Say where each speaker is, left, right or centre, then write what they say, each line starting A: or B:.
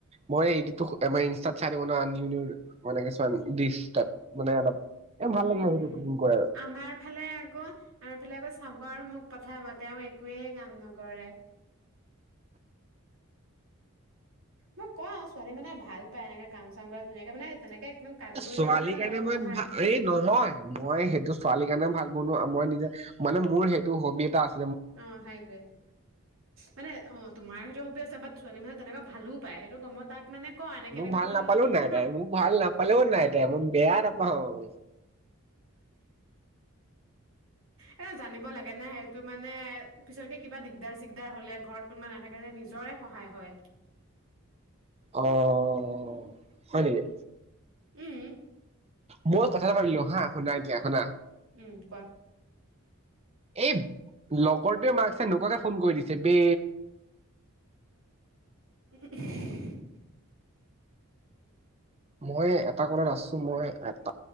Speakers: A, on the right; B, on the right.
A: মই ইউটিউবতো, মই ইনষ্টাত চাই থাকোঁ ন'। নিউ নিউ মই এনেকে চোৱা ডিচ্ টাইপ মানে অলপ এ ভাল লাগে
B: উম,
A: সেইটো কুকিং কৰে
B: আমাৰ ফালে আকৌ, আমাৰ ফালে আকৌ চাব বাৰু মোক পঠাবা, তেওঁ একোৱে কাম নকৰে। মই কওঁ ছোৱালীয়ে মানে ভাল পায় এনেকে কাম চাম কৰা ধুনীয়াকে মানে তেনেকে একদম কাম
A: ছোৱালীৰ
B: কৰি থাকিব নালাগে
A: কাৰণে
B: অলপ
A: মই
B: সহায়
A: ভাত এই নহয়, মই সেইটো ছোৱালীৰ কাৰণে ভাত বনো মই নিজে, মানে মোৰ সেইটো হবি এটা আছে।
B: অ' সেইটোৱে, মানে অ' তোমাৰ তোৰ হবি আছে বাট্ ছোৱালী মানুহে তেনেকুৱা ভালো পায়। সেইটো কম মই তাক মানে কওঁ এনেকে
A: মোক
B: এনেকে
A: ভাল নাপালেওঁ
B: শিকিবিচোন
A: নাই
B: না
A: তাই, মোক ভাল নাপালেওঁ নাই তাই, মোক বেয়া নাপাওঁক।
B: এইটো জানিব লাগে ন, সেইটো মানে পিছতকে কিবা দিগদাৰ-চিগদাৰ হ'লে, ঘৰত কোনোবা নাথাকে যে নিজৰে সহায় হয়।
A: অঅঅ হয় নেকি?
B: উম।
A: মই কথা এটা ভাবিলো হা, শুনা এতিয়া শুনা
B: উম' কোৱা।
A: এই লগৰটোৱে মাকচাই নোকাহোৱাকে ফোন কৰি দিছে বে।
B: <unintelligible>
A: মই এটা ক নাচছো মই এটা